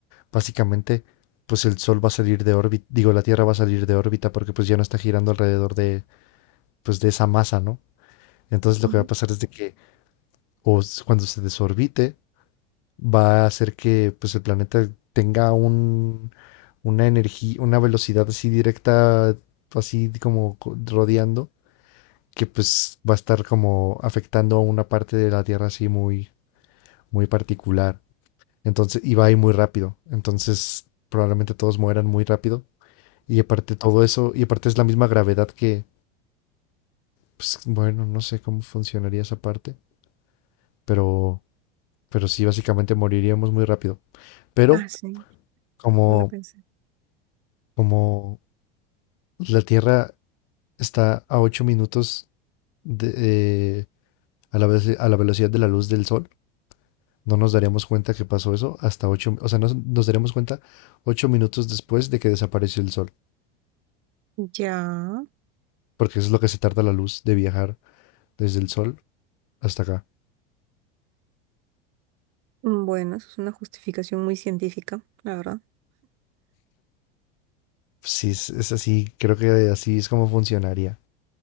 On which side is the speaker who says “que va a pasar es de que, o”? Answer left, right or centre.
Left